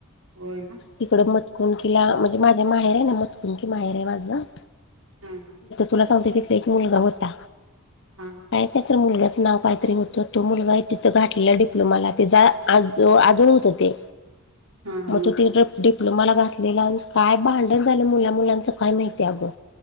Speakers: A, on the right (about 75°); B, on the left (about 55°).
A: होय ना
B: तिकड मतकुंकीला म्हणजे माझ्या माहेर आहे ना मतकुंकी माहेर आहे माझ.
A: हम्म.
B: तुला सांगते तिथ एक मुलगा होता
A: हा
B: काय त्या तर मुलग्याचं नाव काहीतरी होत तर तो मुलगा आहे तिथं घाठलेला डिप्लोमाला तेचा आजळ होतं ते
A: हा
B: मग
A: हा
B: तो ति डिप्लोमाला घासलेला आणि काय भांडण झालं मुला मुलांच काय माहितीय अगं